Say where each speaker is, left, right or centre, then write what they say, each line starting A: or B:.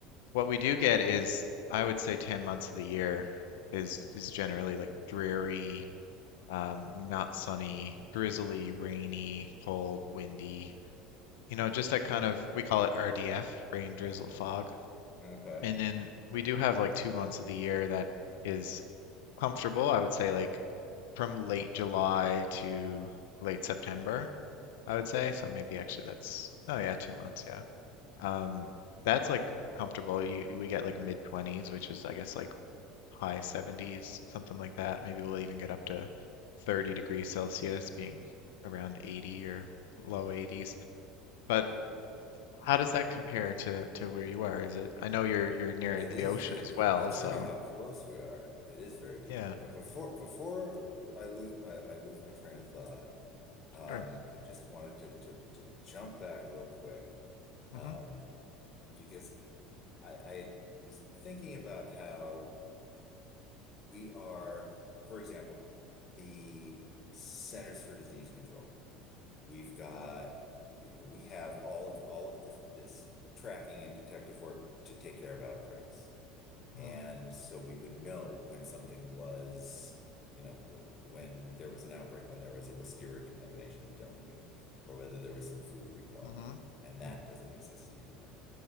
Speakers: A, on the left (about 65°); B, on the left (about 35°).
A: what we do get is, I would say, 10 months of the year is is generally like dreary, um, not sunny, drizzly, rainy, cold, windy. You know, just that kind of we call it RDF, rain, drizzle, fog.
B: Okay.
A: And then we do have like two months of the year that is Comfortable, I would say like from late July to late September, I would say. So maybe actually that's, oh yeah, two months, yeah. Um, that's like comfortable. You, we get like mid 20s, which is I guess like high 70s, something like that. Maybe we'll even get up to 30 degrees Celsius, being around 80 or low 80s. But how does that compare to to where you are? Is it, I know you're you're near
B: It
A: the
B: is
A: ocean
B: very
A: as
B: different
A: well,
B: considering
A: so
B: how close we are. It is very different.
A: yeah,
B: But before before I lose I, I lose my train of thought, um,
A: sure.
B: I just wanted to to to jump back real quick, um,
A: Mm-hmm.
B: because I, I was thinking about how we are, for example, the Centers for Disease Control. We've got, you know, we have all of all of this this tracking and detective work to take care of outbreaks. And
A: Mm-hmm.
B: so we would know when something was, you know, w w- when there was an outbreak, when there was a listeria contamination in deli meat, or whether there was some food recall.
A: Mm-hmm.
B: And that doesn't exist anymore.